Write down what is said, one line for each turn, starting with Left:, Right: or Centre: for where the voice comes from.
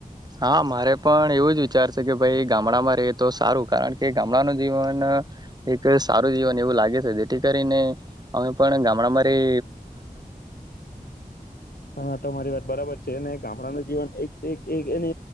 Right: હા મારે પણ એવું જ વિચાર છે કે ભાઈ ગામડામાં રહી તો સારું. કારણ કે ગામડાનું જીવન એક સારું જીવન એવું લાગે છે. જેથી કરીને અમે પણ ગામડામાં રહ
Left: હા તમારી વાત બરાબર છે અને ગામડાનું જીવન એક એને